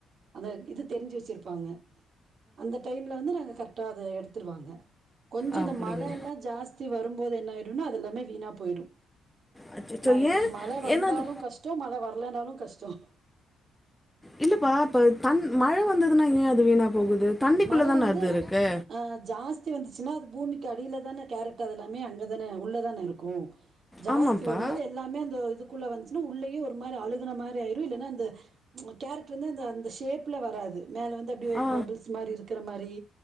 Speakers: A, on the right (about 55°); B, in the centre.
A: அந்த இது தெரிஞ்சு வச்சிருப்பாங்க அந்த டைம்ல வந்து நாங்க கரெக்ட்டா அத எடுத்துடுவாங்க கொஞ்சம்
B: அப்டிங்க
A: இந்த மழைல்லாம் ஜாஸ்தி வரும்போது என்ன அடுனே அதுெல்லாமே வீணா போயிரும்
B: அச்சச்சோ
A: எங்களுக்கு
B: ஏ
A: மழை வந்தாலும்
B: ஏன்னா அது
A: கஷ்டம் மழை வரலைனாலும் கஷ்டம்
B: இல்லப்பா இப்ப தன் மழை வந்ததுன்னா ஏன் அது வீணா போகுது தண்ணிக்குள்ள
A: மழை
B: தானே
A: வந்து
B: அது இருக்கு
A: ஆ ஜாஸ்தி வந்துச்சுன்னா அது பூமிக்கு அடியில தானே கேரட் அத எல்லாமே அங்கதானே உள்ளதானே இருக்கும் ஜாஸ்தி
B: ஆமாப்பா
A: வரும்போது எல்லாமே அந்த இதுக் ள்ள வந்துன்னா உள்ளேயே ஒரு மாதிரி அழுகன மாதிரி ஆயிரும் இல்லனா அந்த கேரட்டு வந்துஅந்த சேப்ல வராது மேல வந்து அப்டியே ஒரு
B: ஆ
A: பபுள்ஸ் இருக்குற மாரி